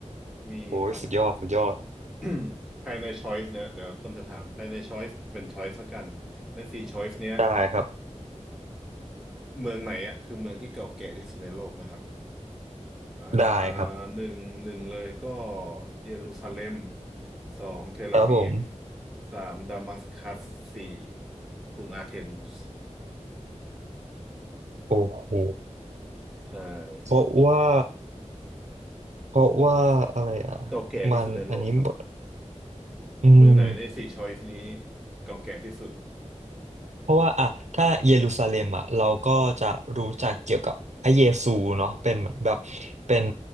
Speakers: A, in the centre; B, on the right.
A: มีอีกครับ
B: โอ้ยสุดยอดสุดยอด
A: <coughs> ภายในช้อยส์เนี่ยเดี๋ยวต้นจะถามภายในช้อยส์เป็นช้อยส์ละกันในสี่ช้อยส์เนี้ย
B: ได้ครับ
A: เมืองไหนอ่ะคือเมืองที่เก่าแก่ที่สุดในโลกนะครับอ่า
B: ได้ครับ
A: หนึ่งหนึ่งเลยก็เยรูซาเล็มสองเทลอาวีฟ
B: ครับผม
A: สามดามัสกัสสี่กรุงอาเทนส์
B: โอ้โห
A: ใช่
B: เพราะว่าเพราะว่าอะไรอ่ะ
A: <coughs> เก่าแก่ที่สุดในโลกครับ
B: มันอันนี้หมดอืม
A: เมืองไหนในสี่ช้อยส์นี้เก่าแก่ที่สุด
B: เพราะว่าอ่ะถ้าเยรูซาเล็มอ่ะเราก็จะรู้จักเกี่ยวกับพระเยซูเนาะเป็นเหมือนแบบเป็น